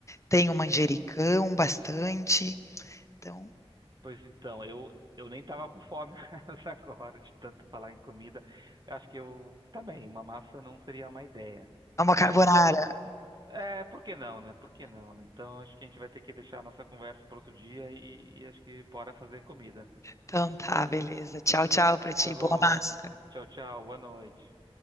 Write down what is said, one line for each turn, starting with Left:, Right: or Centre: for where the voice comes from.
Left: tenho manjericão bastante. Então,
Right: Pois então, eu, eu nem tava com fome <laughs> agora de tanto falar em comida. Eu acho que eu também, uma massa não seria uma ideia.
Left: é uma carbonara.
Right: E acho que É, por que não, né? Por que não, né? Então acho que a gente vai ter que deixar a nossa conversa para outro dia e, e acho que bora fazer comida.
Left: Então tá, beleza. Tchau, tchau pra ti.
Right: Tá
Left: Boa
Right: bom.
Left: massa.
Right: Tchau, tchau. Boa noite.